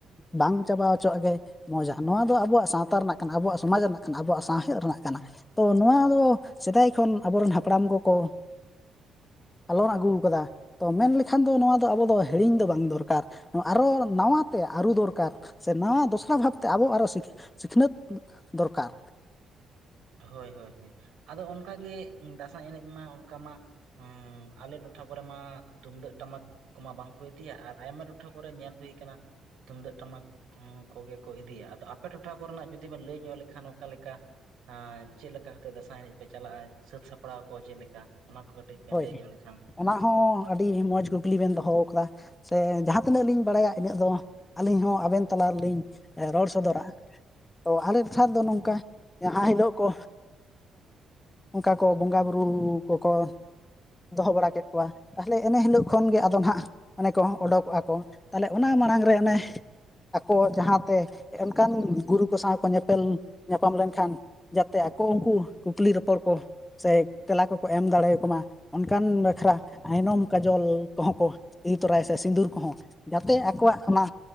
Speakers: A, on the left (about 20°); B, on the right (about 75°).
A: ᱵᱟᱝ ᱪᱟᱵᱟ ᱦᱚᱪᱚᱣᱟᱜ ᱜᱮ ᱢᱚᱡᱟ ᱱᱚᱣᱟ ᱫᱚ ᱟᱵᱚᱣᱟᱜ ᱥᱟᱶᱛᱟ ᱨᱮᱱᱟᱜ ᱠᱟᱱᱟ ᱟᱵᱚᱣᱟᱜ ᱥᱚᱢᱟᱡᱽ ᱨᱮᱱᱟᱜ ᱠᱟᱱᱟ ᱟᱵᱚᱣᱟᱜ ᱥᱟᱶᱦᱮᱫ ᱨᱮᱱᱟᱜ ᱠᱟᱱᱟ ᱾ ᱛᱚ ᱱᱚᱣᱟ ᱫᱚ ᱥᱮᱫᱟᱭ ᱠᱷᱚᱱ ᱟᱵᱚᱨᱮᱱ ᱦᱟᱯᱲᱟᱢ ᱠᱚᱠᱚ ᱟᱞᱚ ᱟᱹᱜᱩ ᱠᱟᱫᱟ ᱛᱚ ᱢᱮᱱ ᱞᱮᱠᱷᱟᱱ ᱫᱚ ᱱᱚᱣᱟ ᱫᱚ ᱟᱵᱚ ᱫᱚ ᱾ ᱦᱤᱲᱤᱧ ᱫᱚ ᱵᱟᱝ ᱫᱚᱨᱠᱟᱨ ᱟᱨᱚ ᱱᱟᱣᱟᱛᱮ ᱟᱹᱨᱩ ᱫᱚᱨᱠᱟᱨ ᱥᱮ ᱱᱟᱣᱟ ᱫᱚᱥᱨᱟ ᱵᱷᱟᱵᱽᱛᱮ ᱟᱵᱚ ᱟᱨᱚ ᱥᱤᱠᱷᱱᱟᱹᱛ ᱫᱚᱨᱠᱟᱨ
B: ᱦᱳᱭ ᱦᱳᱭ ᱦᱳᱭ ᱟᱫᱚ ᱚᱱᱠᱟᱜ ᱜᱮ ᱫᱟᱸᱥᱟᱭ ᱮᱱᱮᱡ ᱢᱟ ᱚᱱᱠᱟ ᱢᱟ ᱾ ᱦᱸ ᱟᱞᱮ ᱴᱚᱴᱷᱟ ᱠᱚᱨᱮᱢᱟ ᱛᱩᱢᱫᱟᱹᱜ ᱴᱟᱢᱟᱠ ᱠᱚᱢᱟ ᱵᱟᱝᱠᱚ ᱤᱫᱤᱭᱟ ᱟᱨ ᱟᱭᱢᱟ ᱴᱚᱴᱷᱟ ᱠᱚᱨᱮ ᱧᱮᱞ ᱦᱩᱭ ᱟᱠᱟᱱᱟ ᱾ ᱛᱩᱢᱫᱟᱹᱜ ᱴᱟᱢᱟᱠ ᱠᱚᱜᱮ ᱠᱚ ᱤᱫᱤᱭᱟ ᱟᱫᱚ ᱟᱯᱮ ᱴᱚᱴᱷᱟ ᱠᱚᱨᱮᱱᱟᱜ ᱡᱩᱫᱤ ᱵᱮᱱ ᱞᱟᱹᱭ ᱧᱚᱜ ᱞᱮᱠᱷᱟᱱ ᱚᱠᱟᱞᱮᱠᱟ ᱾ ᱪᱮᱫ ᱞᱮᱠᱟ ᱠᱟᱛᱮᱜ ᱫᱟᱸᱥᱟᱭ ᱮᱱᱮᱡ ᱯᱮ ᱪᱟᱞᱟᱜᱼᱟ ᱥᱟᱹᱛ ᱥᱟᱯᱲᱟᱣ ᱠᱚ ᱪᱮᱫ ᱞᱮᱠᱟ ᱚᱱᱟ ᱠᱚ ᱠᱟᱹ ᱠᱟᱹᱴᱤᱡ ᱵᱮᱱ
A: ᱦᱳᱭ
B: ᱞᱟᱹᱭ ᱧᱚᱜ ᱞᱮᱠᱷᱟᱱ
A: ᱚᱱᱟ ᱦᱚᱸ ᱟᱹᱰᱤ ᱢᱚᱡᱽ ᱠᱩᱠᱞᱤ ᱵᱮᱱ ᱫᱚᱦᱚ ᱟᱠᱟᱫᱟ ᱥᱮ ᱡᱟᱦᱟᱸ ᱛᱤᱱᱟᱹᱜ ᱞᱤᱧ ᱵᱟᱲᱟᱭᱟ ᱤᱱᱟᱹᱜ ᱫᱚ ᱟᱹᱞᱤᱧ ᱦᱚᱸ ᱟᱵᱮᱱ ᱛᱟᱞᱟ ᱨᱮᱞᱤᱧ ᱨᱚᱲ ᱥᱚᱫᱚᱨᱟ ᱛᱚ ᱟᱞᱮ ᱥᱮᱫ ᱫᱚ ᱱᱚᱝᱠᱟ ᱡᱟᱦᱟᱸ ᱦᱤᱞᱳᱜ ᱠᱚ ᱚᱱᱠᱟ ᱠᱚ ᱵᱚᱸᱜᱟ ᱵᱩᱨᱩ ᱠᱚᱠᱚ ᱫᱚᱦᱚ ᱵᱟᱲᱟ ᱠᱮᱫ ᱠᱚᱣᱟ ᱛᱟᱦᱚᱞᱮ ᱤᱱᱟᱹ ᱦᱤᱞᱳᱜ ᱠᱷᱚᱱᱜᱮ ᱟᱫᱚ ᱦᱟᱸᱜ ᱚᱱᱮ ᱠᱚ ᱚᱰᱠᱚᱜᱼᱟ ᱠᱚ ᱛᱟᱦᱚᱞᱮ ᱚᱱᱟ ᱢᱟᱲᱟᱝ ᱨᱮ ᱚᱱᱮ ᱟᱠᱚ ᱡᱟᱦᱟᱸᱛᱮ ᱚᱱᱠᱟᱱ ᱜᱩᱨᱩ ᱠᱚ ᱥᱟᱶ ᱠᱚ ᱧᱮᱯᱮᱞ ᱧᱟᱯᱟᱢ ᱞᱮᱱᱠᱷᱟᱱ ᱡᱟᱛᱮ ᱟᱠᱚ ᱩᱱᱠᱩ ᱠᱩᱠᱞᱤ ᱨᱚᱯᱚᱲ ᱠᱚ ᱥᱮ ᱛᱮᱞᱟ ᱠᱚ ᱠᱚ ᱮᱢ ᱫᱟᱲᱮᱭᱟ ᱢᱟ᱾ ᱚᱱᱠᱟᱱ ᱵᱟᱠᱷᱨᱟ ᱟᱭᱱᱚᱢ ᱠᱟᱡᱚᱞ ᱠᱚᱦᱚᱸ ᱠᱚ ᱮᱫᱤ ᱛᱚᱨᱟᱭᱟ ᱥᱮ ᱥᱤᱸᱫᱩᱨ ᱠᱚᱦᱚᱸ ᱡᱟᱛᱮ ᱟᱠᱚᱣᱟᱜ ᱚᱱᱟ